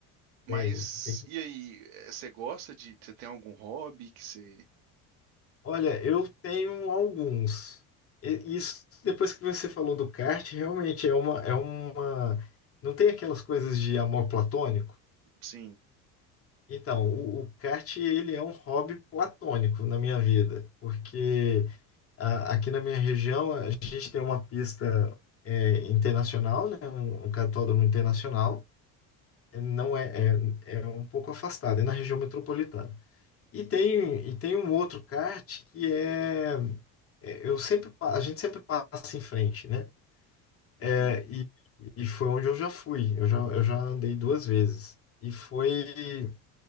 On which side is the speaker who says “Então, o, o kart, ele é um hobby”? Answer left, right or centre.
Left